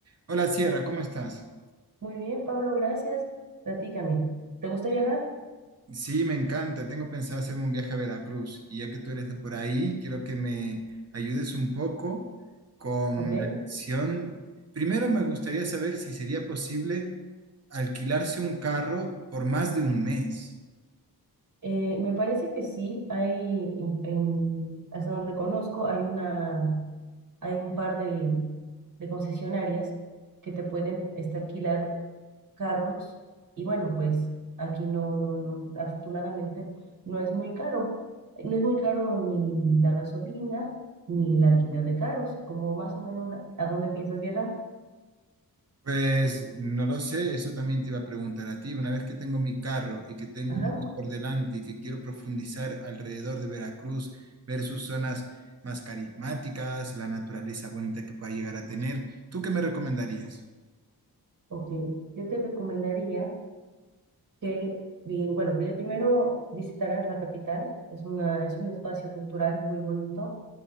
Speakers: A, on the right (about 40°); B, on the right (about 60°).
A: Hola Sierra, ¿cómo estás?
B: Muy bien, Pablo, gracias. Platícame. ¿Te gusta viajar?
A: Sí, me encanta. Tengo pensado hacerme un viaje a Veracruz y ya que tú eres de por ahí, quiero que me ayudes un poco con
B: Ok.
A: la elección. Primero me gustaría saber si sería posible alquilarse un carro por más de un mes.
B: Eh, me parece que sí, hay, en, en- hasta donde conozco, hay una, hay un par de, de concesionarias que te pueden este, alquilar carros. Y bueno, pues aquí no, no, no, afortunadamente no es muy caro. No es muy caro ni la gasolina ni el alquiler de carros, como más o menos a, a dónde piensas viajar.
A: Pues no lo sé, eso también te iba a preguntar a ti. Una vez que tengo mi carro y que tengo
B: Ajá.
A: un mes por delante y que quiero profundizar alrededor de Veracruz, ver sus zonas más carismáticas, la naturaleza bonita que pueda llegar a tener, ¿tú qué me recomendarías?
B: Ok. Yo te recomendaría. que, vi- bueno, pri- primero visitarás la capital, es una, es un espacio cultural muy bonito.